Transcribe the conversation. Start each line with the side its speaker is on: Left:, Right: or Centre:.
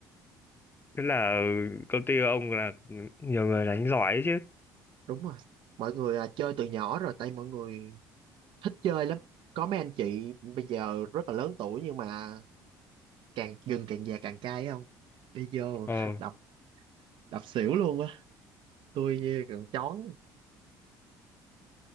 Left: tức là công ty của ông là nhiều người đánh giỏi ấy chứ
Right: đúng rồi mọi người à, chơi từ nhỏ rồi tại mọi người thích chơi lắm có mấy anh chị bây giờ rất là lớn tuổi nhưng mà càng gừng càng già càng cay không đi vô
Left: ờ
Right: đập đập xỉu luôn á tôi như còn chón